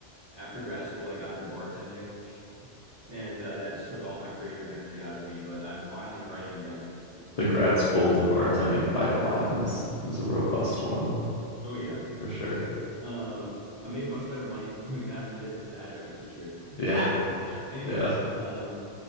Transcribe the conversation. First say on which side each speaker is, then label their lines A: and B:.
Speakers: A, on the right; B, on the left.
A: after grad school, I got into bartending, and uh, that just took all my creative energy out of me. But I'm finally writing again.
B: The grad
A: Uh,
B: school to bartending pipeline is is a robust one
A: oh, yeah.
B: for sure.
A: Um, I made much better money <laughs> doing that than I did as an adjunct teacher.
B: Yeah.
A: Anyways,
B: Yeah.
A: um,